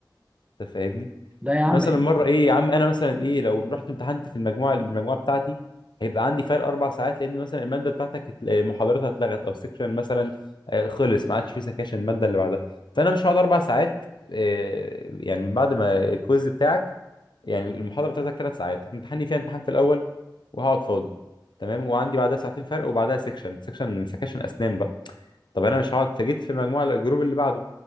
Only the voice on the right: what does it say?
لا يا
عم